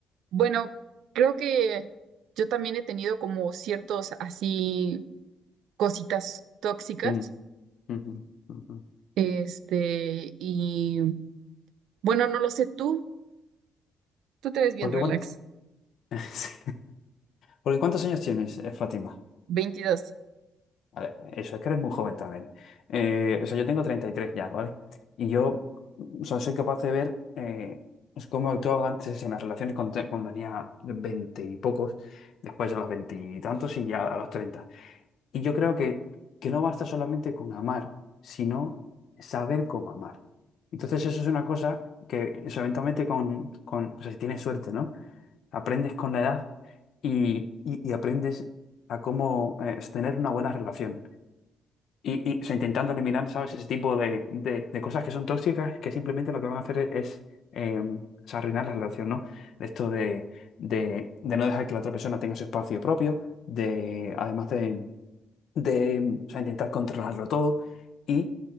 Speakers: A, on the right; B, on the left.
A: bueno, creo que yo también he tenido como ciertos así cositas tóxicas,
B: Ujú, ujú, ujú.
A: este, y... Bueno, no lo sé tú, tú te ves bien
B: Porque
A: relax.
B: igual <laughs> Sí. Porque ¿cuántos años tienes, eh, Fátima?
A: Veintidós.
B: Vale, eso, es que eres muy joven también. Eh, o sea, yo tengo 33 ya, ¿vale? Y yo, o sea, soy capaz de ver eh, pues cómo actuaba antes en las relaciones cuando, te- cuando tenía 20 y pocos, después a los 20 y tantos y ya a los 30. Y yo creo que, que no basta solamente con amar, sino saber cómo amar. Entonces eso es una cosa que o sea, eventualmente con, con, o sea, si tienes suerte, ¿no? aprendes con la edad y, y- y aprendes a cómo eh, tener una buena relación. Y, y, o sea, intentando eliminar, ¿sabes? Ese tipo de, de- de cosas que son tóxicas, que simplemente lo que van a hacer e, es, eh, o sea, arruinar la relación, ¿no? De Esto de, de, de no dejar que la otra persona tenga su espacio propio, de, además de, de o sea, intentar controlarlo todo y,